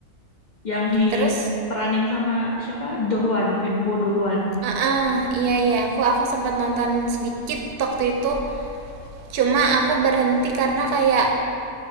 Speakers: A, on the left; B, on the right.
A: yang diperanin
B: Terus,
A: sama siapa? Dohwan, Wi- Bo Dohwan.
B: ah ah, iya iya, aku aku sempat nonton sedikit waktu itu cuma aku berhenti karena kayak